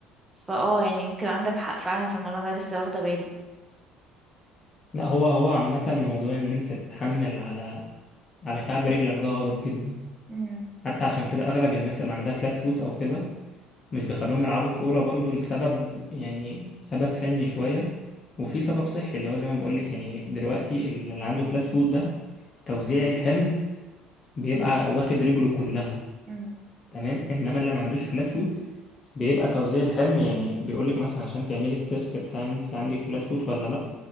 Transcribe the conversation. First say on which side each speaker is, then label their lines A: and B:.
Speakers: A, on the right; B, on the left.
A: فاه يعني يمكن عندك حق فعلا في الموضوع ده لسه واخدة بالي
B: لا هو هو عامه موضوع ان انت تتحمل على على كعب رجلك ده غلط جدا
A: امم
B: حتى عشان كده اغلب الناس اللي عندها فلات فوت او كده مش بيخلوهم يلعبوا كورة برضو لسبب يعني سبب فني شوية وفي سبب صحي اللي هو زي ما بقولك يعني دلوقتي اللي عنده فلات فوت ده توزيع الحمل بيبقى واخد رجله كلها
A: امم
B: تمام انما اللي ما عندوش فلات فوت بيبقى توزيع الحمل يعني بيقولك مثلا عشان تعملي التيست بتاع انت عندك فلات فوت ولا لا